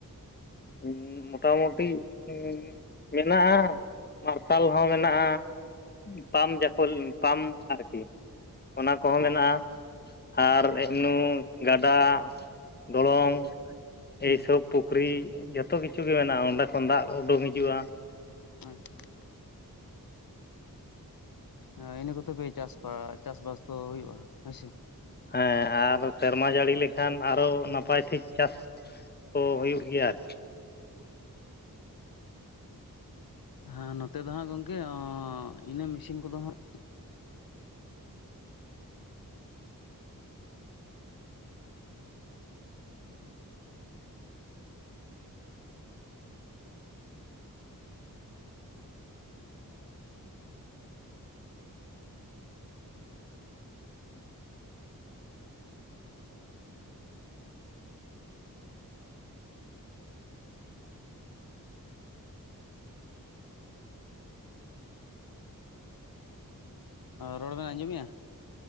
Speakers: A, on the left; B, on the left.
A: ᱦᱩᱸ ᱢᱳᱚᱴᱟᱢᱩᱴᱤ ᱦᱩᱸ ᱢᱮᱱᱟᱜᱼᱟ ᱢᱟᱨᱥᱟᱞ ᱦᱚᱸ ᱢᱮᱱᱟᱜᱼᱟ ᱾ ᱯᱟᱢᱯ ᱡᱟᱠᱚᱞ ᱯᱟᱢ ᱟᱨᱠᱤ ᱚᱱᱟ ᱠᱚᱦᱚᱸ
B: ᱦᱩᱸ
A: ᱢᱮᱱᱟᱜᱼᱟ ᱾ ᱟᱨ ᱮᱢᱱᱩ ᱜᱟᱰᱟ ᱰᱚᱞᱚᱝ ᱮᱭ
B: ᱦᱮᱸ
A: ᱥᱚᱵ, ᱯᱩᱠᱷᱨᱤ ᱡᱚᱛᱚ ᱠᱤᱪᱷᱩᱜ ᱜᱮ ᱢᱮᱱᱟᱜᱼᱟ ᱚᱸᱰᱮ ᱠᱷᱚᱱ ᱫᱟᱜ ᱩᱰᱩᱝ ᱦᱤᱡᱩᱜᱼᱟ᱾
B: <unintelligible> ᱦᱮ ᱤᱱᱟᱹ ᱠᱚᱛᱮ ᱯᱮ ᱪᱟᱥ ᱵᱟ ᱪᱟᱥᱵᱟᱥ ᱫᱚ ᱦᱩᱭᱩᱜᱼᱟ ᱦᱳᱭᱥᱮ᱾
A: ᱦᱮᱸ ᱟᱨ ᱥᱮᱨᱢᱟ ᱡᱟᱹᱲᱤ ᱞᱮᱠᱷᱟᱱ ᱟᱨᱚ ᱱᱟᱯᱟᱭ ᱴᱷᱤᱠ ᱪᱟᱥ ᱠᱚ ᱦᱩᱭᱩᱜ ᱜᱮᱭᱟ ᱟᱨᱠᱤ᱾
B: ᱦᱟᱸ ᱱᱚᱛᱮ ᱫᱚ ᱦᱟᱸᱜ ᱜᱚᱝᱠᱮ ᱤᱱᱟᱹ ᱢᱮᱥᱤᱱ ᱠᱚᱫᱚ ᱦᱟᱸᱜ ᱨᱚᱲ ᱵᱮᱱ ᱟᱸᱡᱚᱢᱭᱟ?